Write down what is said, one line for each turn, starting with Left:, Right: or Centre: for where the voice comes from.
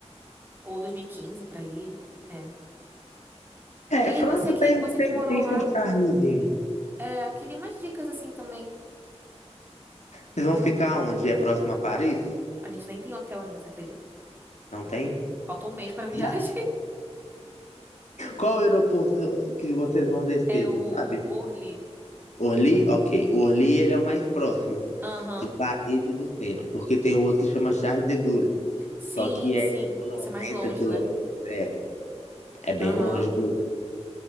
Right: Ou 2015, por aí. É.
Left: É,
Right: E
Left: França
Right: aí, você que,
Left: tem,
Right: você
Left: tem,
Right: que morou
Left: tem
Right: lá,
Left: seu charmezinho.
Right: é, queria umas dicas assim também.
Left: Vocês
Right: Que
Left: vão ficar
Right: que eu-
Left: onde? É próximo a Paris?
Right: A gente nem tem hotel ainda, você acredita?
Left: Não tem?
Right: Falta um mês pra viagem.
Left: Já.
Right: <laughs>
Left: Qual aeroporto que vocês vão descer,
Right: É o
Left: você sabe?
Right: Orly.
Left: Orly? Ok. O Orly, ele é o mais próximo
Right: Aham.
Left: de Paris e do centro, porque tem um outro que chama Charles de Gaulle,
Right: Sim,
Left: só que é
Right: sim.
Left: tipo 90
Right: Isso é mais longe,
Left: quilômetros.
Right: né?
Left: É, é bem
Right: Aham.
Left: longe. inclusive.